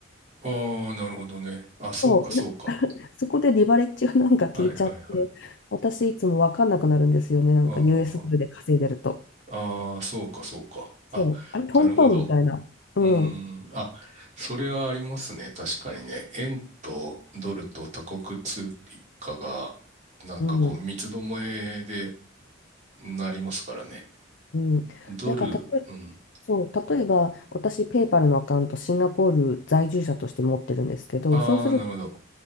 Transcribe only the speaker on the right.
ああ、なるほどね。あ、そうか、
そうか。
はい、はい、はい。
ああ、は
あ、ああーそうか、そうか。あ、
なるほど。
うーん。あ、それはありますね。確かにね。円とドルと他国通貨が、なんかこう、
三つどもえでなりますからね。
ドル、
うん。
ああ、
なるほど。